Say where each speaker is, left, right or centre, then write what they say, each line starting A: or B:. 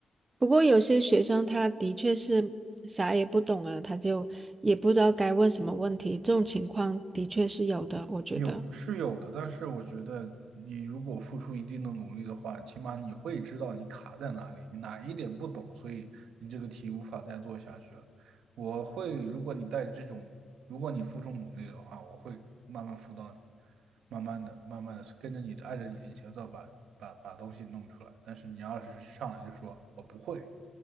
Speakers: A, on the right; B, on the right.
A: 不过有些学生他的确是啥也不懂啊，他就也不知道该问什么问题，这种情况的确是有的，我觉得，
B: 有是有的，但是我觉得你如果付出一定的努力的话，起码你会知道你卡在哪里，你哪一点不懂，所以你这个题无法再做下去了。我会，如果你带着这种，如果你付出努力的话，我会慢慢辅导你，慢慢的、慢慢的跟着你的，按照你的节奏把把把东西弄出来。但是你要是上来就说我不会，